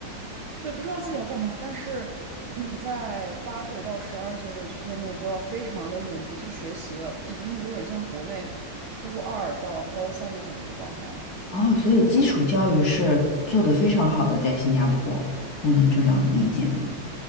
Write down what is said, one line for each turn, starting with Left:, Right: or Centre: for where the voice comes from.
Right: 对，不知道自己要干嘛，但是你在八岁到十二岁这个区间内就要非常的努力去学习了，已经有点像国内初二到高三的这么一个状态了。
Left: 哦，所以基础教育是做得非常好的，在新加坡，我能这样理解吗？